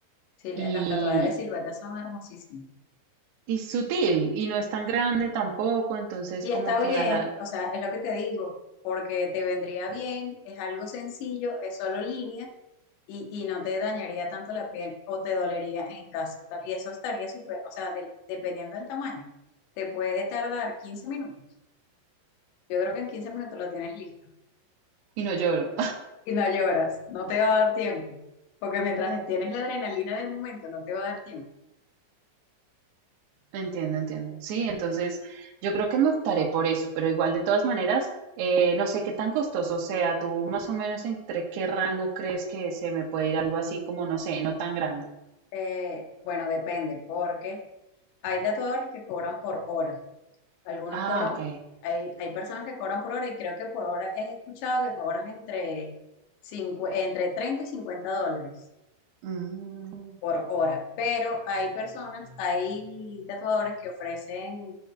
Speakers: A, on the left (about 75°); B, on the right (about 70°).
A: Sí, la-
B: y,
A: las tatuadas de silueta son hermosísimas.
B: y sutil y no es tan grande tampoco, entonces
A: Y
B: como
A: está
B: que
A: bien,
B: a la...
A: o sea, es lo que te digo, porque te vendría bien, es algo sencillo, es solo línea y, y no te dañaría tanto la piel o te dolería en caso tal. Y eso estaría súper, o sea, del- dependiendo del tamaño, te puede tardar 15 minutos. Yo creo que en 15 minutos lo tienes listo
B: Y no lloro.
A: y no lloras, no te va a dar tiempo, porque mientras tienes la adrenalina del momento, no te va a dar tiempo.
B: Entiendo, entiendo. Sí, entonces yo creo que me optaré por eso, pero igual de todas maneras, eh, no sé qué tan costoso sea. ¿Tú más o menos entre qué rango crees que se me puede ir algo así como, no sé, no tan grande?
A: Eh, bueno, depende, porque hay tatuadores que cobran por hora. Algunos
B: Ah,
A: cobran,
B: ok.
A: hay, hay personas que cobran por hora y creo que por hora he escuchado que cobran entre, cincu- entre 30 y 50 dólares
B: Mm,
A: por hora, pero hay personas, hay tatuadores que ofrecen